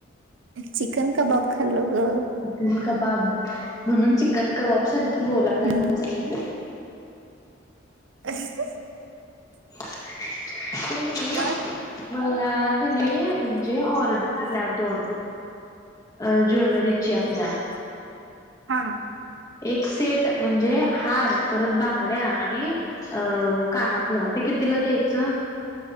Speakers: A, on the right; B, on the left.
A: चिकन कबाब खाल्लो ग.
B: चिकन कबाब म्हणून चिकन कबाब सारखी बोलायला
A: हम्म,
B: लागलस का?
A: अ <unintelligible>
B: ह <unintelligible> ते कनी
A: मग
B: मला की नाही म्हणजे ऑर्डर आल्यात दोन. अ ज्वेलरीची आपल्या.
A: हा
B: एक सेट म्हणजे हार परत बांगड्या आणि अ कानातलं ते कितीला द्यायचं?